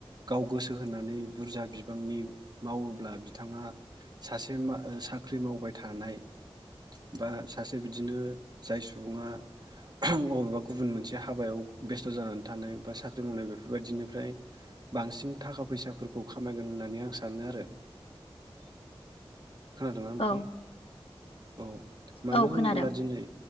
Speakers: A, on the right; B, on the left.
A: गाव गोसो होनानै बुरजा बिबांनि मावोब्ला बिथाङा सासे मा ओ साख्रि मावबाय थानाय बा सासे बिदिनो जाय सुबुङा अबेबा गुबुन मोनसे हाबायाव बेस्थ' जानानै थानाय बा सा रों मावनाय बेफोरबायदिनिफ्राय बांसिन थाखा फैसाफोरखौ खामायगोन होननानै आं सानो आरो।
B: <unintelligible>
A: खोनादोंना नोंथां
B: औ
A: औ मानो
B: औ
A: होनोब्ला
B: खोनादों
A: दिनै